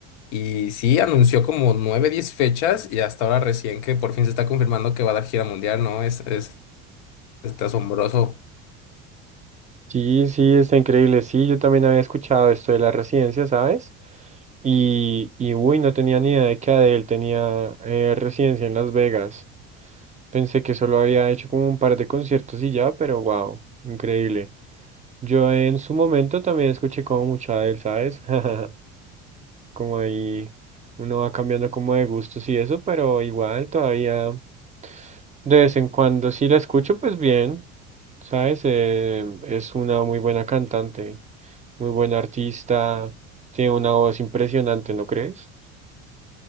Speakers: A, on the left; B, on the right.
A: Y sí, anunció como nueve, diez fechas y hasta ahora recién que por fin se está confirmando que va a dar gira mundial, ¿no? Es, es Está asombroso.
B: Sí, sí, está increíble. Sí, yo también había escuchado esto de la residencia, ¿sabes? Y, y uy, no tenía ni idea de que Adele tenía eh, residencia en Las Vegas. Pensé que solo había hecho como un par de conciertos y ya, pero wow, increíble. Yo en su momento también escuché como mucho Adele, ¿sabes? <laughs> Como ahí uno va cambiando como de gustos y eso, pero igual todavía. De vez en cuando sí la escucho, pues bien, ¿sabes? Eh, es una muy buena cantante, muy buena artista, tiene una voz impresionante, ¿no crees?